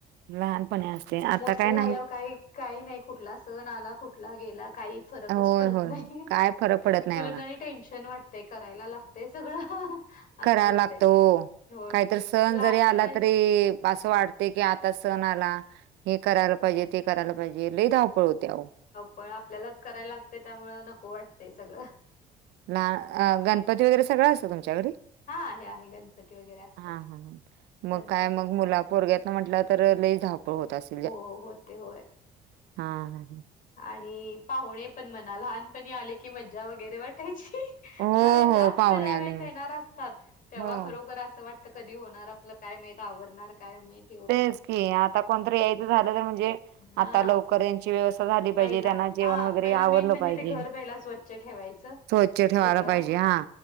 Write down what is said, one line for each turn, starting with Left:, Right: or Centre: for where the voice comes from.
Right: लहानपणी असते आता
Left: मोठे
Right: काय
Left: झाल्यावर
Right: नाही.
Left: काही काही नाही कुठला सण आला, कुठला गेला काही फरकच
Right: होय
Left: पडत
Right: होय
Left: नाही.
Right: काय फरक पडत नाही
Left: उलट
Right: बघा
Left: आणि टेन्शन वाटते करायला लागतेय सगळं.
Right: करा
Left: असं होतय.
Right: लागतो हो
Left: होय
Right: काहीतरी सण
Left: लहानपण
Right: जरी आला तरी, असं वाटते की आता सण आला हे करायला पाहिजे, ते करायला पाहिजे, लई धावपळ होते आओ.
Left: पण आपल्यालाच करायला लागते त्यामुळ नको वाटतेय सगळं.
Right: ला अ गणपती वगैरे सगळं असतं तुमच्याकडे?
Left: हा आहे आहे गणपती वगैरे असतात.
Right: हा हा मग
Left: गणपती
Right: काय मग
Left: असतात
Right: मुलापोर म्हट तर लई धावपळ होत अस?
Left: हो होते होय.
Right: हम् हम हम
Left: आणि पाहुणे पण म्हणा लहानपणी आले की मज्जा वगैरे वाटायची.
Right: हो
Left: त्यावेळेस
Right: हो
Left: जास्त
Right: पाहुणे
Left: ज्यावेेळेस
Right: आले
Left: येणार असतात तेव्हा
Right: हो
Left: खरोखर असं वाटत कधी होणार आपलं काय माहित आवरणार काय माहित.
Right: तेच की आता कोणतरी यायचं झालं तर म्हणजे
Left: हां
Right: आता लवकर यांची व्यवस् झाली पाहिजे
Left: पहिला
Right: त्यांना जेवण
Left: हां
Right: वगैरे
Left: पहिला
Right: आवडलं
Left: मेन म्हणजे
Right: पाहिजे.
Left: ते घर पहिला स्वच्छ ठेवायचं.
Right: होय. ठेवाला
Left: सगळं
Right: पाहिजे हा